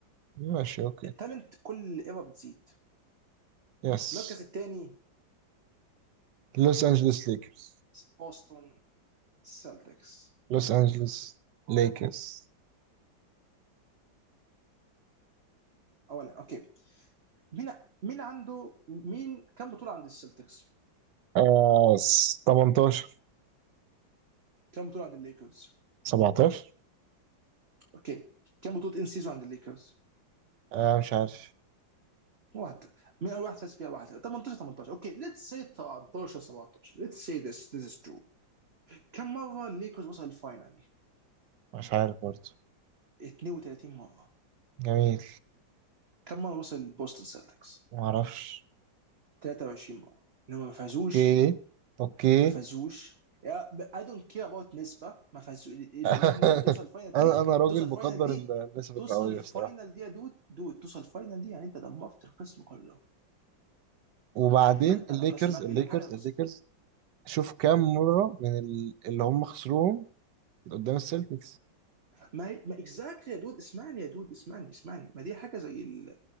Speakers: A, on the right (about 65°); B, on the right (about 35°).
A: ماشي اوكي
B: التالنت كل ايرا بتزيد
A: يس
B: المركز الثاني
A: لوس انجلوس ليكرز
B: بوسطن سيلتكس
A: لوس انجلوس ليكرز
B: اولا اوكي مين مين عنده مين كم بطوله عند السلتكس؟
A: آه 18
B: كم بطوله عند الليكرز؟
A: 17
B: اوكي كم بطوله ان سيزون عند الليكرز؟
A: آه مش عارف
B: واحده من اول واحد فاز فيها واحده 18 18 اوكي ليتس سي 13 17 ليتس سي ذس ذس از ترو كم مره الليكرز وصل الفاينل؟
A: مش عارف برضه
B: 32 مره
A: جميل
B: كم مره وصل البوستن سيلتكس؟
A: معرفش
B: 23 مره لما ما فازوش
A: اوكي اوكي
B: ما فازوش اي دونت كير اباوت نسبه ما فازوش اللي
A: <laughs>
B: اللي احنا توصل الفاينل
A: انا
B: دي
A: انا راجل
B: توصل الفاينل
A: بقدر
B: دي
A: ال- النسب
B: توصل
A: المئويه
B: الفاينل
A: الصراحه
B: دي يا دود دود توصل الفاينل دي يعني انت دمرت القسم كله
A: وبعدين
B: انت هيمنت
A: الليكرز
B: على قسمك
A: الليكرز
B: الا الحاجه اللي بخسرها
A: الليكرز شوف كام مره من ال- اللي هم خسروهم قدام السلتكس
B: ما هي ما اكزاكتلي يا دود اسمعني يا دود اسمعني اسمعني ما دي حاجه زي ال